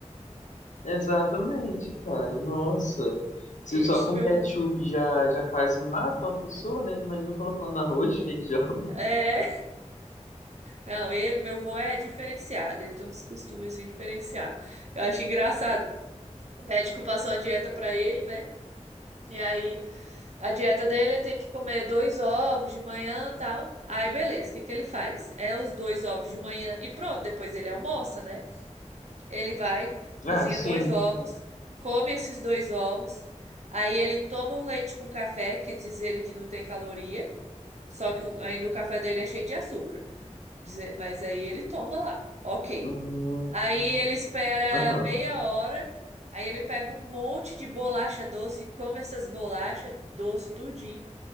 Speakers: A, on the left; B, on the right.
A: exatamente, cara, nossa. Se
B: Ixi,
A: só com
B: meu
A: ketchup
B: vô.
A: já, já quase mata uma pessoa, né? Imagina colocando arroz, <laughs> feijão.
B: É, não, ele, meu vô é diferenciado, ele tem uns costumes assim diferenciados. Eu acho engraçado. O médico passou uma dieta pra ele, né? E aí a dieta dele tem que comer dois ovos de manhã, e tal. Aí beleza, o que que ele faz? É os dois ovos de manhã e pronto, depois ele almoça, né? Ele vai, cozinha
A: Ah, sim.
B: dois ovos, come esses dois ovos. Aí ele toma um leite com café, que diz ele que não tem caloria, só que o- ainda o café dele é cheio de açúcar. Diz- Mas aí ele toma lá. Ok.
A: Hum,
B: Aí ele espera
A: aham.
B: meia hora, aí ele pega um monte de bolacha doce, come essas bolachas doce tudinho